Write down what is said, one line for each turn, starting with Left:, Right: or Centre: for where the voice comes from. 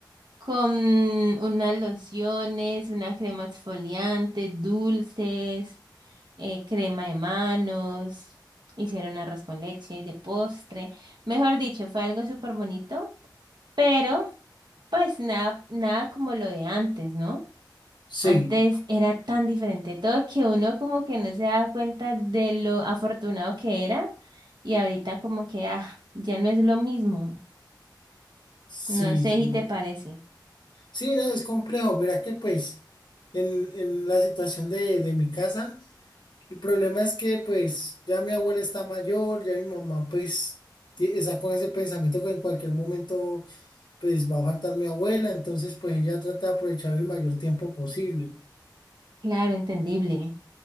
Right: con unas lociones, una crema exfoliante, dulces, eh, crema de manos, hicieron arroz con leche de postre. Mejor dicho, fue algo súper bonito, pero pues nada, nada como lo de antes, ¿no?
Left: sí,
Right: Antes era tan diferente todo que uno como que no se daba cuenta de lo afortunado que era y ahorita como que ah, ya no es lo mismo.
Left: sí,
Right: No sé
Left: sí.
Right: si te parece.
Left: Sí, no, es complejo. Mira que pues en, en la situación de, de mi casa, el problema es que pues ya mi abuela está mayor, ya mi mamá pues ti- está con ese pensamiento que en cualquier momento pues va a faltar mi abuela, entonces pues ella trata de aprovechar el mayor tiempo posible.
Right: Claro, entendible.